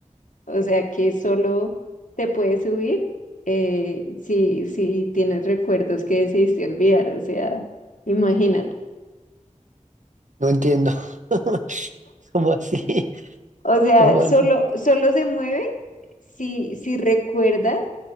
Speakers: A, on the left (about 90°); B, on the right (about 75°).
A: O sea, que solo te puedes subir eh, si, si tienes recuerdos que decidiste olvidar. O sea, imagínate.
B: no entiendo. <laughs> ¿Cómo así?
A: O sea,
B: ¿Cómo
A: solo,
B: así?
A: solo se mueve si, si recuerdas